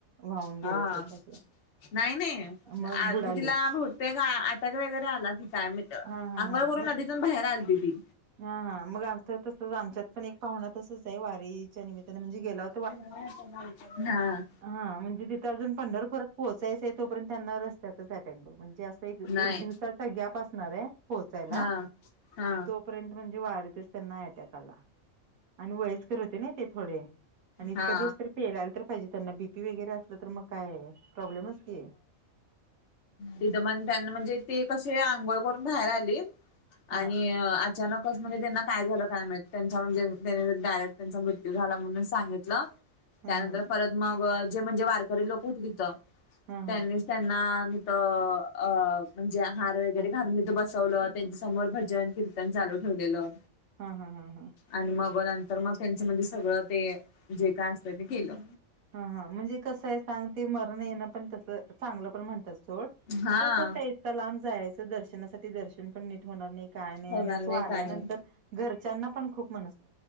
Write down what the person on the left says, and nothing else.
हा.
नाही नाही
म्हणजे
तिला बहुतेक आटक वगैरे आला ती काय माहीत
अंघळ
करून
नदीतून बाहेर आलती ती.
<inaudible> हा.
नाही
हा हा.
हा
विदमान त्यांना म्हणजे ते कसे आंघोळ करून बाहेर आले
आणि अचानक स म्हणजे त्यांना काय झालं काय मा त्यांचा म्हणजे त्यांनी डायरेक्ट त्यांचा मृत्यू झाला म्हणून सांगितलं.
त्यानंतर
परत मग जे म्हणजे वारकरी लोक होते तिथं
त्यांनीच
त्यांना तथ अ म्हणजे हार वगैरे
घालून तथ बसवलं. त्यांच्या समोर भजन कीर्तन चालू ठेवलेलं.
आणि मग नंतर मग त्यांच्यामध्ये सगळं ते जे काय असतं ते केलं.
हा
होणार
काय